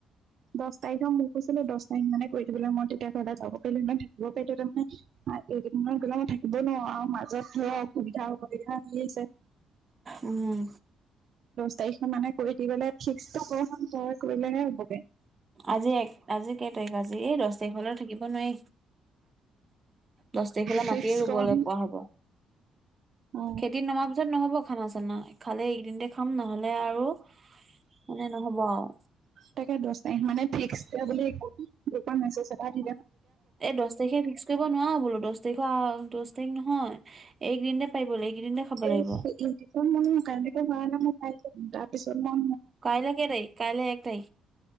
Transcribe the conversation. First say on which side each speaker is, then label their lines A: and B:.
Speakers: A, on the right; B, on the right.
A: দহ তাৰিখক মই কৈছিলো দহ তাৰিখ মানে কৰি থাকিবলৈ মই তেতিয়া ঘৰ যাব পাৰিলো নহয় থাকিব পাৰিলো নহয় এইকেইদিনত গ'লে মই থাকিবই নোৱাৰো আৰু মাজত ধৰ অসুবিধা হ'বলগীয়া আহ আছে
B: উম
A: তাৰিখ মানে কৰি দিবলে ফিক্সটো গ্ৰ তয়াৰ কৰিলেহে হ'বগৈ
B: আজি এক আজি কেই তাৰিখ আজি এই দহ তাৰিখলৈ থাকিব নোৱাৰি দহ তাৰিখলৈ
A: ফিক্স
B: মায়ে ৰুবলৈ
A: কৰচোন।
B: পোৱা হব
A: অ,
B: খেতি নমাৰ পিছত নহ'ব খানা চানা খালে এইকদিনতে খাম নহলে আৰু মানে নহব আৰু
A: তাকে দহ মানে ফ্স বুলি গ্ৰপৰ মেজ এটা দি
B: এই দহ তাৰিখে ফিক্স কৰিব নোৱাৰা বোলো দহ তাৰিখ দহ তাৰিখ নহয় একদিনতে পাৰিব লাগিব এইকেইদিনতে খাব
A: এ
B: লাগিব।
A: ইটো ম কাৰণো ভৰা নাই মই চাইছিলো তাৰ পিছত
B: কাইলৈ কেৰে কাইলৈ এক